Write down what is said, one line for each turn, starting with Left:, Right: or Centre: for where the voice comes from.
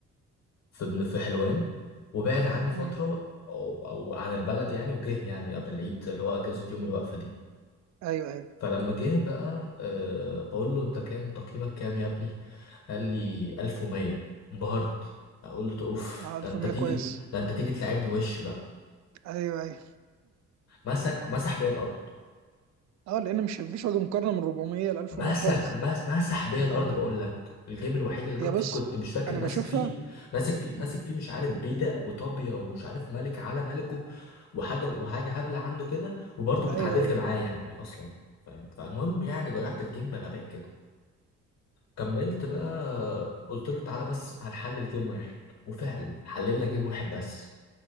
Left: في في حلوان وبعد عني فتره
Right: مم.
Left: او او عن البلد يعني وجه يعني قبل العيد اللي هو اجازه يوم الوقفه دي
Right: ايوه ايوه
Left: فلما جه بقى أه بقول له انت كام تقييمك كام يا ابني قال لي 1100 انبهرت قلت اوف
Right: اه 1100
Left: ده انت تيجي
Right: كويس
Left: ده انت تيجي تلعبني وش بقى
Right: ايوه ايوه
Left: مسك مسح بيا الارض
Right: اه لان مش مفيش وجه مقارنه من 400 ل 1100
Left: مسك
Right: خالص
Left: مس مسح بيا الارض
Right: آه.
Left: بقول لك الجيم الوحيد اللي كان
Right: هي
Left: فيه
Right: بص
Left: كنت مش فاكر
Right: انا
Left: ماسك
Right: بشوفها
Left: فيه ماسك فيه ماسك فيه مش عارف بيدق وطابيه ومش عارف ملك على ملكه وحاجه وحاجه هبله عنده كده وبرضه
Right: ايوه
Left: اتعادلت
Right: ايوه
Left: معاه يعني اصلا فاهم فالمهم يعني ضيعت الجيم بغباء كده كملت بقى قلت له تعالى بس هنحلل جيم واحد وفعلا حللنا جيم واحد بس